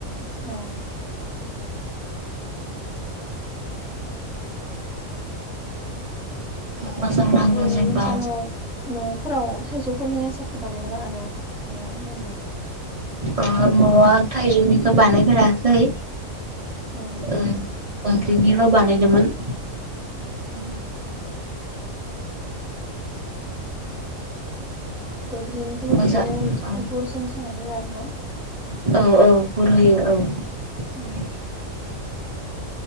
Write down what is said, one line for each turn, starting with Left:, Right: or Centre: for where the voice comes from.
Centre: अ।
Right: मोजां नाङो
Centre: ओरैनो
Right: जेनेबा
Centre: नोंसा न'आव न'फोराव थाइजौफोरनि आसारखौ बानायगोन ना बानाया न'आव जेनेबा?
Right: ओ न'आ थाइजौनिखौ बानायफेराखै।
Centre: अ
Right: ओ बैग्रिनिल' बानायदोंमोन।
Centre: उम। बोग्रिनिखौबो
Right: मोजां
Centre: बिदिनो
Right: औ
Centre: गुरजों सोना दोनो आरो ना।
Right: औ औ गुर होयो। औ।
Centre: उम